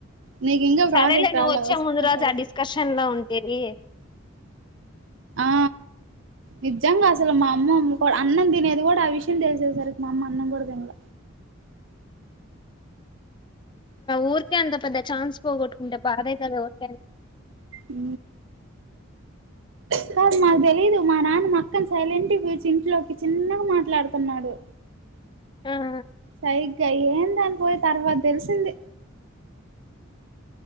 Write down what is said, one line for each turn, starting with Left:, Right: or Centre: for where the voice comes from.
Right: నీకు ఇంకా
Left: సరేలే
Right: ప్రాజెక్ట్ రాలా
Left: నువ్వు వచ్చే
Right: వస్తే
Left: ముందు
Right: రాసేసేయ్.
Left: రోజు ఆ డిస్కషన్ లో ఉ ఏంది
Right: ఆ నిజంగా అస్ సలు మా అమ్ కూడా అన్నం తినేది కూడా ఆ విషయం తెలిసేసరికి మా అమ్మ అన్నం కూడా తినల
Left: ఊరికే అంతా పెద్ద చాన్స్ పోట్టుకుంటే బాధ అయితదికె
Right: ఊ సార్ మాకు తెలిదు మా నాన్న మాక్ పక్క సైలెంట్ వచ్చి ఇంట్లోకి చిన్నగా మాట్లాడుతున్నాడు
Left: ఆఆ
Right: సైగా ఏందన్ పోయి తర్వాత తెలిసింది